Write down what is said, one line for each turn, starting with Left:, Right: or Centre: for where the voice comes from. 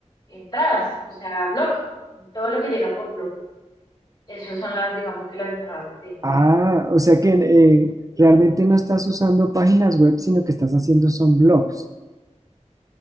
Left: entradas, o sea, blog, todo lo que llega por blog, Esas son las, digamos que las entradas que tiene.
Right: Ah, o sea que eh, realmente no estás usando páginas web, sino que estás haciendo son blogs.